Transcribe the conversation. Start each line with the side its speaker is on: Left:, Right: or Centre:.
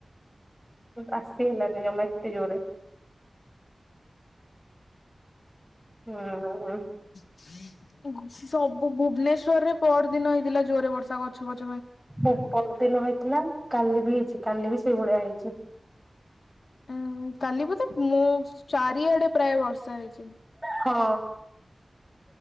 Centre: ଆସି ହେଲାଣି ଜମା ଏତେ ଜୋରେ ହୁଁ।
Left: ସବୁ ଭୁବନେଶ୍ଵରରେ ପର ଦିନ ହେଇଥିଲା ଜୋରେ ବର୍ଷା ଗଛ ପଛ
Centre: ପ <unintelligible> ଦିନ ହେଇଥିଲା। କାଲି ବି ହେଇଛି କାଲି ବି ସେଇ ଭଳିଆ ହେଇଛି।
Left: ଉଁ କାଲି ବୋଧେ ମୁଁ ଚାରିଆଡେ ପ୍ରାୟ ବର୍ଷ ହେଇଛି।
Centre: ହଁ।